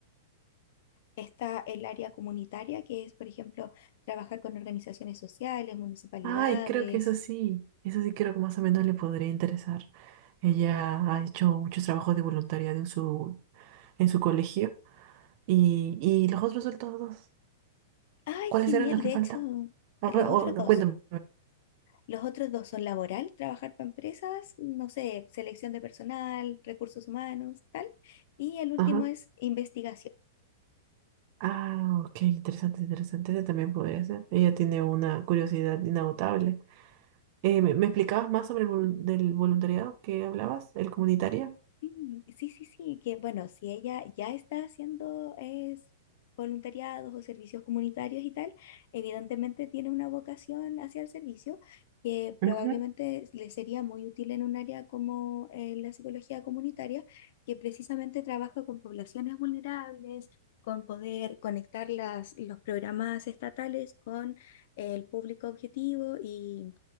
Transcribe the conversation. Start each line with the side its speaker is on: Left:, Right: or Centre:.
Left: Está el área comunitaria, que es, por ejemplo, trabajar con organizaciones sociales, municipalidades
Right: Ay, creo que es así. Es así, creo que más o menos le podría interesar. Ella ha hecho muchos trabajos de voluntariado en su, en su colegio. Y, y los otros resultados,
Left: Ay,
Right: ¿cuáles
Left: genial.
Right: eran los que
Left: De
Right: faltan?
Left: hecho,
Right: A
Left: los
Right: ver, o-
Left: otros
Right: no,
Left: dos.
Right: cuéntame.
Left: Los otros dos son laboral, trabajar para empresas, no sé, selección de personal, recursos humanos, tal. Y el último
Right: Ajá.
Left: es investigación.
Right: Ah, ok, interesante, interesante. Ese también podría ser. Ella tiene una curiosidad inagotable. Eh, ¿me, me explicabas más sobre el volun- del voluntariado que hablabas, el comunitario?
Left: Mm, Sí, sí, sí, que bueno, si ella ya está haciendo es, voluntariados o servicios comunitarios y tal, evidentemente tiene una vocación hacia el servicio que probablemente
Right: Ujú.
Left: le sería muy útil en un área como eh, la psicología comunitaria, que precisamente trabaja con poblaciones vulnerables, con poder conectar las, los programas estatales con el público objetivo y,